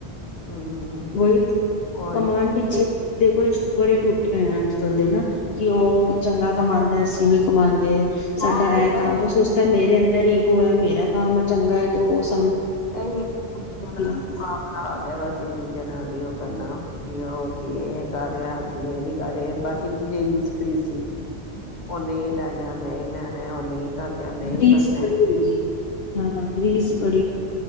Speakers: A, on the left; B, on the left.
A: ਹੂੰ
B: ਉਹੀ ਤ
A: ਹੋਰ
B: ਕਮਾਉਣ ਪਿੱਛੇ
A: ਇੱਕ
B: ਵੀ ਦੇਖੋ ਬੜੇ ਟੁੱਟੇ ਹੋਏ ਆ ਅੱਜ ਕੱਲ ਦੇ ਨਾ ਕਿ ਉਹ ਚੰਗਾ ਕਮਾਉਦਾ ਅਸੀਂ ਨ ਕਮਾਉਂਦੇ ਸਾਡਾ
A: ਹਾਂ
B: ਇਹ
A: ਤਾਂ
B: ਕੰਮ
A: ਹੈ
B: ਵਸੂਸ ਤਾਂ ਮੇਰੇ ਅੰਦਰ ਇਧਰ ਈਗੋ ਹੈ ਮੇਰਾ ਕੰਮ ਚੰਗਾ ਹੈ ਤੇ ਉਸ
A: ਦੂਜੇ ਦਾ ਮੁਕਾਬਲਾ
B: ਕਰ ਰਿਹਾ।
A: ਆ ਗਿਆ ਵਾਸ ਇੱਕ ਦੂਜੇ ਨਾਲ ਹੀ ਉਹ ਕਰਨਾ ਕਿ ਉਹ ਕੀ ਇਹ ਕਰ ਰਿਹਾ ਅਸੀਂ ਇਹ ਨੀ ਕਰ ਰਹੇ ਬਸ ਇੱਕ ਦੂਜੇ ਰੀਸਪੀਤ ਸੀ ਉਹਨੇ ਇਹ ਲੈ ਲਿਆ ਮੈਂ ਇਹ ਲੈਣਾ ਮੈਂ ਉਹਨੇ ਹੀ ਕਰ ਲਿਆ ਮੈਂ
B: ਰੀਸ
A: ਕਰਨਾ
B: ਬੜੀ ਹੋ ਗਈ ਹੈ ਹਾਂ ਰੀਸ ਬੜੀ ਹੋ